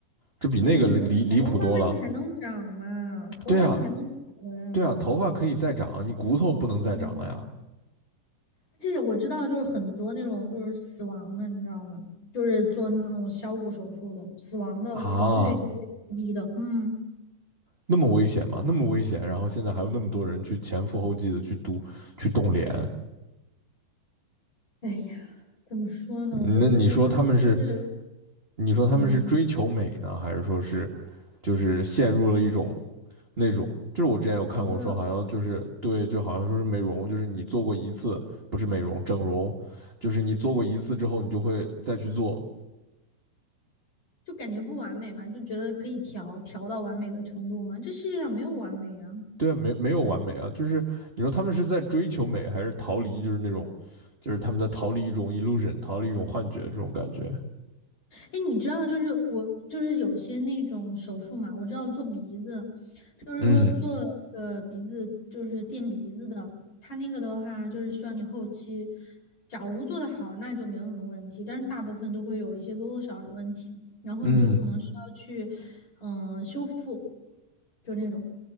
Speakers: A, on the right; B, on the left.
A: 这比那个离离离谱多了。
B: 你那头发嘛，你还能长嘛？头发你还能长回来吗？
A: 对呀，对呀，头发可以再长，你骨头不能再长了呀。
B: 嗯，而且我知道，就是很多那种就是死亡的，你知道吗？就是做那种削骨手术的，死亡的死亡率也是低的。
A: 啊，
B: 嗯，
A: 那么危险吗？那么危险，然后现在还有那么多人去前赴后继的去读去动脸，
B: 哎呀，怎么说呢？我就觉得就是
A: 嗯那你说他们是？你说他们是追求美呢，
B: 嗯，
A: 还是说是就是陷入了一种那种？就是我之前有看过说，
B: 狂热
A: 好像就是对，就好像说是美容，就是你做过一次，不是美容，整容，就是你做过一次之后，你就会再去做。
B: 就感觉不完美嘛，就觉得可以调调到完美的程度嘛。这世界上没有完美啊。
A: 对啊，没没有完美啊，就是你说他们是在追求美，还是逃离，就是那种，就是他们在逃离一种 illusion，逃离一种幻觉这种感觉。
B: 哎，你知道，就是我，就是有些那种手术嘛，我知道做鼻子，就是说做那个鼻子，
A: 嗯
B: 就是垫鼻子的，它那个的话，就是需要你后期，假如做得好，那就没有什么问题，但是大部分都会有一些多多少少的问题，然后你就可能需要去，
A: 嗯，
B: 嗯、修复，就那种，